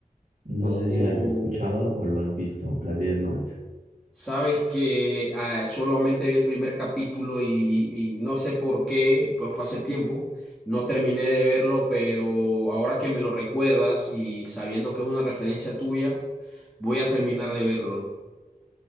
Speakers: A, on the right (about 70°); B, in the centre.
A: No
B: Oh.
A: sé si la has escuchado o lo has visto, la Death Note.
B: Sabes que ah, solamente vi el primer capítulo y, y- y no sé por qué, pero fue hace tiempo, no terminé de verlo, pero ahora que me lo recuerdas y sabiendo que es una referencia tuya, voy a terminar de verlo.